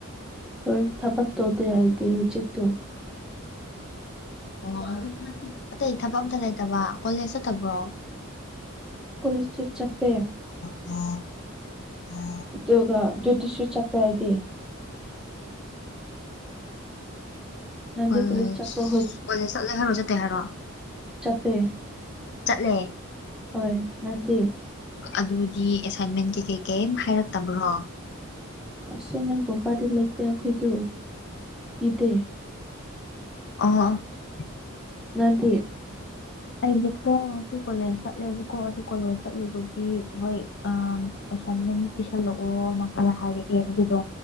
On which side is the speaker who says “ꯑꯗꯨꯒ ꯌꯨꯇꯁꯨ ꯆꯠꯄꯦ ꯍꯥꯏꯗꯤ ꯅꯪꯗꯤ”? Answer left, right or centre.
Centre